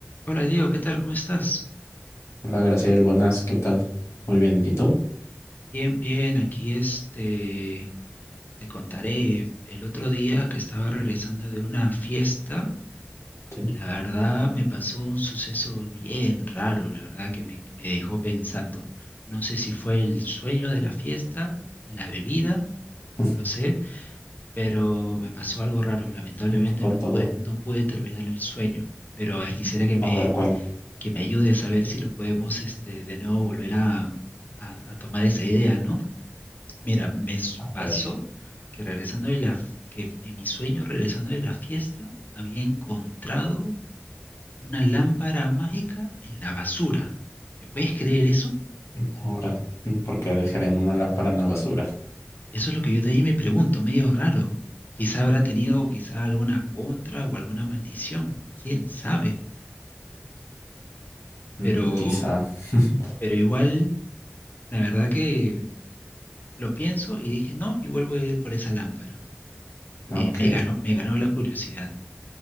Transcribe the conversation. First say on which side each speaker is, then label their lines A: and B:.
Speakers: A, on the left (about 40°); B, on the left (about 85°).
A: Hola Diego, ¿qué tal? ¿Cómo estás?
B: Hola, Graciel, buenas, ¿qué tal? Muy bien, ¿y tú?
A: Bien, bien, aquí este, te contaré. El otro día que estaba regresando de una fiesta,
B: Sí,
A: la verdad me pasó un suceso bien raro, la verdad que me, me dejó pensando. No sé si fue el sueño de la fiesta, la bebida,
B: <laughs>
A: no lo sé, pero me pasó algo raro. Lamentablemente
B: un poco
A: no
B: todo.
A: pude, no pude terminar el sueño, pero a ver, quisiera que me,
B: A ver, cuenta,
A: que me ayudes a ver si lo podemos este, de nuevo volver a, a a tomar esa idea, ¿no? Mira, me s-
B: a
A: pasó
B: ver,
A: que regresando de la, f- que en mi sueño, regresando de la fiesta, había encontrado una lámpara mágica en la basura. ¿Me puedes creer eso?
B: ahora, porque dejarían una lámpara en la basura?
A: Eso es lo que yo también me pregunto, medio raro. Quizá habrá tenido quizá alguna contra o alguna maldición, quién sabe.
B: Mm,
A: Pero,
B: quizá. <laughs>
A: pero igual, la verdad que lo pienso y dije no, igual voy a ir por esa lámpara.
B: Ok,
A: Eh, me ganó, me ganó la curiosidad.